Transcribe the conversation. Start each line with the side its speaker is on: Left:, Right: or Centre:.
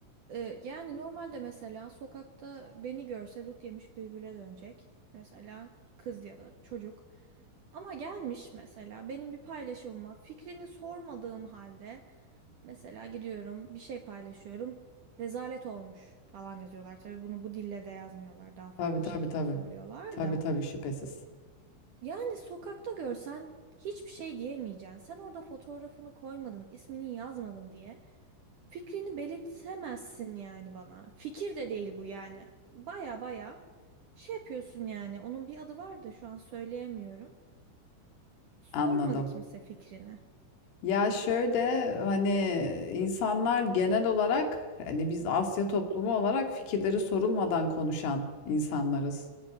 Right: e, yani normalde mesela sokakta beni görse dut yemiş bülbüle dönecek. Mesela kız ya da çocuk. Ama gelmiş mesela benim bir paylaşımıma fikrini sormadığım halde mesela gidiyorum bir şey paylaşıyorum. Rezalet olmuş falan yazıyorlar. Tabii bunu bu dille de yazmıyorlar. Daha farklı
Left: Tabii, tabii,
Right: şekilde
Left: tabii.
Right: söylüyorlar
Left: Tabii,
Right: da.
Left: tabii, şüphesiz.
Right: Yani sokakta görsen hiçbir şey diyemeyeceksin. Sen orada fotoğrafını koymadın, ismini yazmadın diye fikrini belirtemezsin yani bana. Fikir de değil bu yani. Baya baya şey yapıyorsun yani. Onun bir adı var da şu an söyleyemiyorum. Sormadı
Left: Anladım.
Right: kimse fikrini.
Left: Ya şöyle hani insanlar genel olarak hani biz Asya toplumu olarak fikirleri sorulmadan konuşan insanlarız.